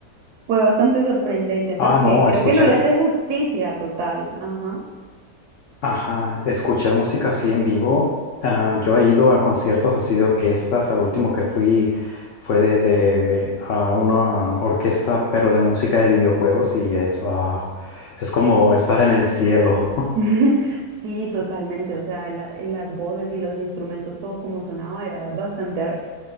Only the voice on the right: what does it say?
fue bastante sorprendente porque
creo
que no le hace justicia total. Ajá.
<laughs> Sí, totalmente. O sea, la- eh, las voces y los instrumentos, todo como sonaba, era bastante, ar-